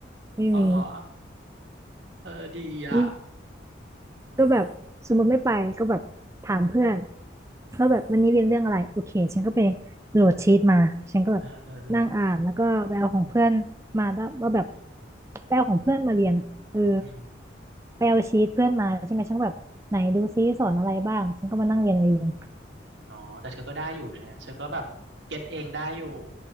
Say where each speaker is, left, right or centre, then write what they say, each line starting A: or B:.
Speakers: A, on the right; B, on the right.
A: ไม่มี
B: เอาเหรอเออดีอ่ะ
A: นี่ก็แบบสมมติไม่ไปก็แบบถามเพื่อนว่าแบบวันนี้เรียนเรื่องอะไรโอเคฉันก็ไปโหลดชีตมาฉันก็แบบ
B: เออเออเออ
A: นั่งอ่านแล้วก็ไปเอาของเพื่อนมาแล้วว่าแบบไปเอาของเพื่อนมาเรียนอะเออ
B: อืม
A: ไปเอาชีตเพื่อนมาใช่ไหมฉันก็แบบไหนดูซิสอนอะไรบ้างฉันก็มานั่งเรียนเอง
B: อ๋อแต่เธอก็ได้อยู่เนี่ยเธอก็แบบเก็ตเองได้อยู่